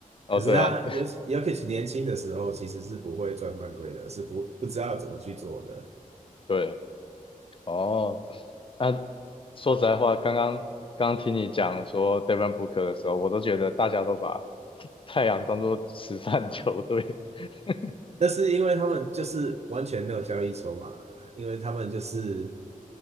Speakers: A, on the left (about 40°); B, on the right (about 50°).
A: 哦，
B: 可是他尤其
A: 对啊，
B: Jokic 年轻的时候其实是不会赚犯规的，是不不知道怎么去做的。
A: <laughs> 对，哦，那说实在话，刚刚刚刚听你讲说 Devin Booker 的时候，我都觉得大家都把太阳当做慈善球队，<laughs>
B: 那是因为他们就是完全没有交易筹码了啊，因为他们就是